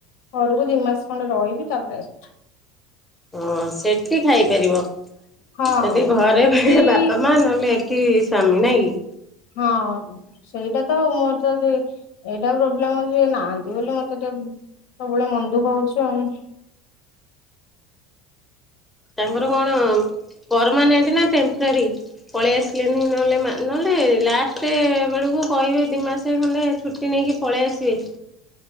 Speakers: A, on the left (about 75°); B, in the centre.
A: ଘରକୁ ଦି ମାସ ଖଣ୍ଡେ ରହିବି ତାପରେ ଆସ
B: ହଁ ସେଠି ଖାଇପାରିବ
A: ହଁ
B: ସେଠି
A: ହଁ
B: ଘରେ
A: ସେଠି
B: ବାପା ମା ନହେଲେ କି ସ୍ୱାମୀ ନା କି?
A: ହଁ। ସେଇଟା ତ ଆଉ ମୋର ତ ସେ ଏଇଟା ପ୍ରୋବ୍ଲେମ ଅଛି ସେ ନାହାନ୍ତି ବୋଲି ମତେ ଟିକେ ସବୁବେଳେ ମନଦୁଃଖ ହଉଛି ଆଉ
B: ତାଙ୍କର କଣ ପରମାନେଣ୍ଟ ନା ଟେମ୍ପରାରୀ। ପଳେଇ ଆସିଲେନି ନହେଲେ ମା ନହେଲେ ଲାଷ୍ଟେ ଏ ବେଳକୁ କହିବେ ଦିମାସେ ଖଣ୍ଡେ ଛୁଟି ନେଇକି ପଳେଇ ଆସିବେ।